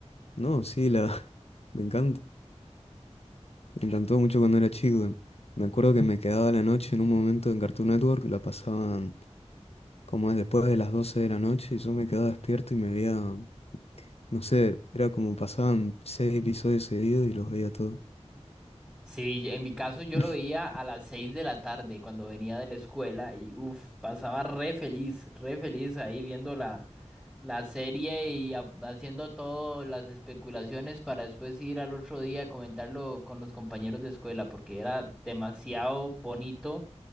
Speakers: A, on the left; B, in the centre.
A: No, sí, la, <laughs> me encanta. Me encantó mucho cuando era chico. Me acuerdo que me quedaba la noche en un momento en Cartoon Network, la pasaban como es después de las 12 de la noche y yo me quedaba despierto y me veía No sé, era como pasaban seis episodios seguidos y los veía todos.
B: Sí, en mi caso yo
A: <laughs>
B: lo veía a las 6 de la tarde cuando venía de la escuela y uff, pasaba re feliz, re feliz ahí viendo la, la serie y ha- haciendo todas las especulaciones para después ir al otro día a comentarlo con los compañeros de escuela porque era demasiado bonito